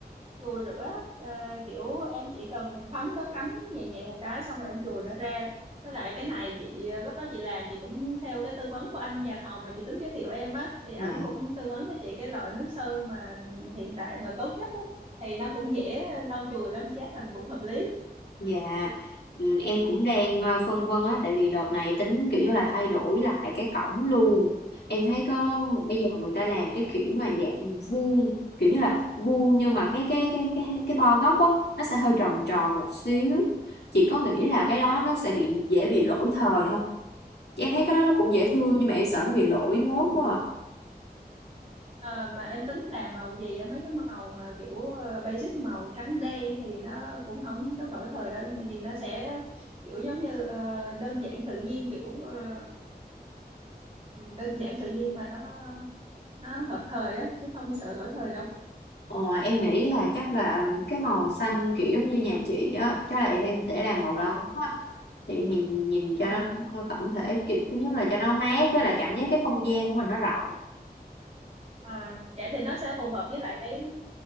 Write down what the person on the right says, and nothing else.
chùi rửa Ờ, kiểu em chỉ cần thấm nước ấm nhẹ nhẹ một cái xong rồi em chùi nó ra với lại cái này chị lúc đó chị làm chị cũng theo cái tư vấn của anh nhà thầu mà chị tính giới thiệu em á thì ảnh
cũng tư vấn cho chị cái loại nước sơn mà hiện đại mà tốt nhất á thì nó cũng dễ lau chùi lắm giá thành cũng hợp lý
Ừ.
Ờ, mà em tính làm màu gì á mấy cái màu mà kiểu ờ, basic màu trắng đen thì nó cũng không có lỗi thời đâu mà nhìn nó sẽ kiểu giống như ờ, đơn giản tự nhiên kiểu ờ, ừm, đơn giản tự nhiên mà nó nó hợp thời á chứ không sợ lỗi thời đâu
À,
à
À, vậy thì nó sẽ phù hợp với lại cái